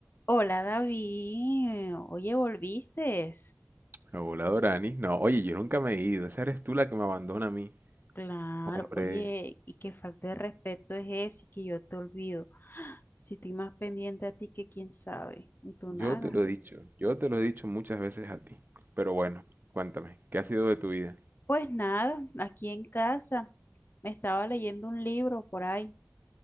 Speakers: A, on the left; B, on the right.
A: Hola David, oye, ¿volviste?
B: Hola Dorani. No, oye, yo nunca me he ido. Esa eres tú la que me abandona a mí.
A: Claro,
B: Hombre,
A: oye, y qué falta de respeto es ese que yo te olvido. <gasps> Si estoy más pendiente a ti que quién sabe, y tú
B: yo
A: nada.
B: te lo he dicho. Yo te lo he dicho muchas veces a ti. Pero bueno, cuéntame, ¿qué ha sido de tu vida?
A: Pues nada, aquí en casa me estaba leyendo un libro por ahí